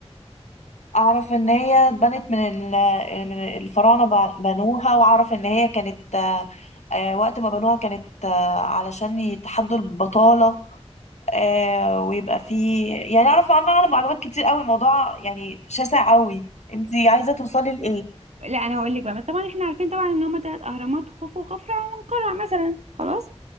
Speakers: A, on the left; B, on the right.
A: اعرف ان هي اتبنت من ال- من الفراعنه بع- بنوها واعرف ان هي كانت آه، آه، وقت ما بنوها كانت آه، علشان يتحدوا البطاله آه، ويبقى في يعني اعرف عنها عنها معلومات كتير قوي الموضوع يعني شاسع قوي انت عايزه توصلي لايه
B: لا انا هقول لك بقى بس طبعا احنا عارفين طبعا ان هما تلات اهرامات خوفو وخفرع ومنقرع مثلا خلاص